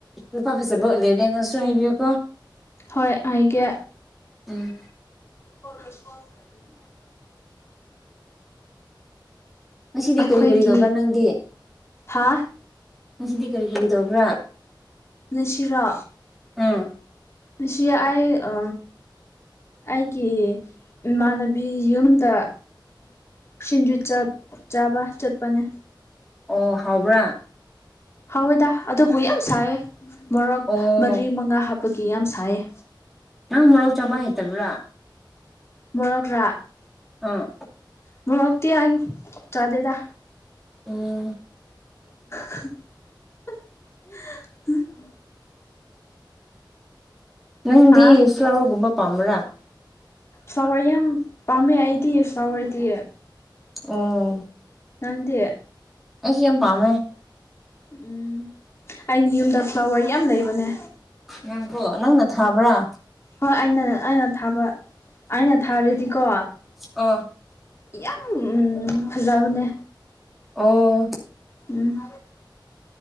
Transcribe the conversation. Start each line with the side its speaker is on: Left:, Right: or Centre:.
Centre: ꯂꯨꯄꯥ ꯐꯖꯕ ꯂꯩꯔꯗꯤ ꯑꯩꯒꯣꯟꯗꯥ ꯁꯨ ꯍꯥꯏꯕꯤꯌꯨꯀꯣ
Left: ꯍꯣꯏ ꯍꯥꯏꯒꯦ
Centre: ꯎꯝ
Left: <unintelligible>
Centre: ꯉꯁꯤꯗꯤ
Left: ꯑꯩꯈꯣꯏꯒꯤ
Centre: ꯀꯔꯤ ꯀꯔꯤ ꯇꯧꯕ꯭ꯔꯥ ꯅꯪꯗꯤ
Left: ꯍꯥ
Centre: ꯉꯁꯤꯗꯤ ꯀꯔꯤ ꯀꯔꯤ ꯇꯧꯕ꯭ꯔꯥ
Left: ꯁꯤꯔꯣ
Centre: ꯎꯝ
Left: ꯅꯨꯡꯁꯤꯔ ꯑꯩ ꯑ ꯑꯩꯒꯤ ꯏꯃꯥꯟꯅꯕꯤ ꯌꯨꯝꯗ ꯁꯤꯡꯖꯨꯠ ꯆꯥꯕ ꯆꯠꯄꯅꯦ
Centre: ꯑꯣ ꯍꯥꯎꯕ꯭ꯔꯥ
Left: ꯍꯥꯎꯋꯦꯗꯥ ꯑꯗꯨꯕꯨ ꯌꯥꯝ ꯁꯥꯏꯌꯦ ꯃꯣꯔꯣꯛ
Centre: ꯑꯣ
Left: ꯃꯔꯤ ꯃꯉꯥ ꯍꯥꯞꯄꯒꯤ ꯌꯥꯝ ꯁꯥꯏꯌꯦ
Centre: ꯅꯪ ꯃꯔꯣꯛ ꯆꯥꯕ ꯍꯩꯇꯕ꯭ꯔꯥ
Left: ꯃꯣꯔꯛꯔꯥ
Centre: ꯑꯥ
Left: ꯃꯣꯔꯣꯛꯇꯤ ꯍꯥꯏ ꯆꯥꯗꯦꯗ
Centre: ꯟꯣ
Left: <unintelligible> <inaudible>
Centre: ꯅꯪꯗꯤ
Left: ꯍꯥ
Centre: ꯆꯧꯑꯨꯝꯕ ꯄꯥꯝꯕ꯭ꯔꯥ
Left: ꯁꯋꯥꯏ ꯌꯥꯝ ꯄꯥꯝꯃꯦ ꯑꯩꯗꯤꯌꯦ ꯁꯋꯥꯏꯗꯤ
Centre: ꯑꯣ
Left: ꯅꯪꯗꯤ
Centre: ꯑꯩꯁꯨ ꯌꯥꯝ ꯄꯥꯝꯃꯦ
Left: ꯎꯝ ꯑꯩꯒꯤ ꯌꯨꯝꯗ ꯐ꯭ꯂꯥꯋꯔ ꯌꯥꯝ ꯂꯩꯕꯅꯦ
Centre: ꯅꯪꯀꯣ ꯅꯪꯅ ꯊꯥꯕ꯭ꯔꯥ
Left: ꯍꯣꯏ ꯑꯩꯅ ꯑꯩꯅ ꯊꯥꯕ ꯑꯩꯅ ꯊꯥꯔꯗꯤꯀꯣ
Centre: ꯑ
Left: ꯌꯥꯝ ꯎꯝ ꯐꯖꯕꯅꯦ
Centre: ꯑꯣ
Left: ꯎꯝ